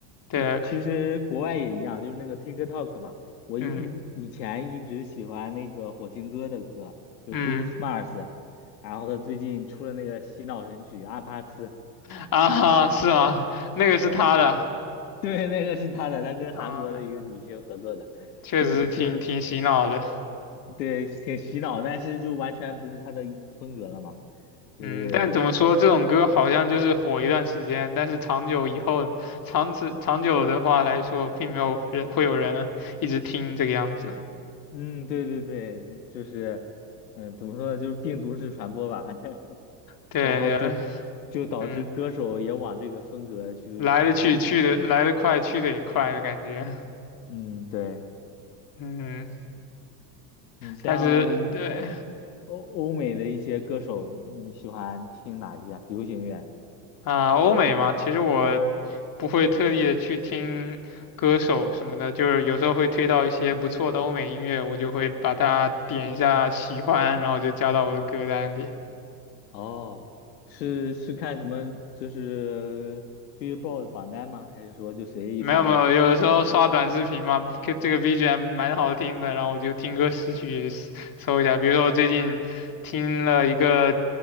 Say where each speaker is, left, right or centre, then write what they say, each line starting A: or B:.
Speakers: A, on the left; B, on the left.
A: 对，
B: 就其实国外也一样，就是那个 TikTok 嘛。我以以前一直喜欢那个火星哥的歌，
A: 嗯
B: 就是
A: 嗯。
B: Bruce Mars，然后他最近出了那个洗脑神曲《阿帕茨》，
A: <laughs> 啊哈，是啊，那个是他的
B: <laughs> 对，那个是他的，他跟韩国的一个女星合作的，
A: 啊，确实挺挺洗脑的。
B: 就就是对，挺洗脑，但是就完全不是他的风格了嘛。就是
A: 嗯，但怎么说，这种歌好像就是火一段时间，但是长久以后，长此长久的话来说，并没有人会有人一直听这个样子。
B: 嗯，对对对，这就是，嗯、怎么说呢，就是病毒式传播吧，<laughs>
A: 对对，
B: 然后就就导致歌手也往这个风格去去跑。
A: 嗯，来的去，去的来的快，去的也快的感觉。
B: 嗯，对，
A: 嗯，
B: 你像
A: 但是对，
B: 欧欧美的一些歌手，你喜欢听哪一些啊流行乐？
A: 啊，欧美嘛，其实我不会特地的去听歌手什么的，就是有时候会推到一些不错的欧美音乐，我就会把它点一下喜欢，然后就加到我的歌单里。
B: 哦，是是看什么？就是 Billboard 榜单吗？还是说就随意刷到的？
A: 没有没有，有时候刷短视频嘛，这这个 BGM 蛮好听的，然后我就听歌识曲搜一下。比如说我最近听了一个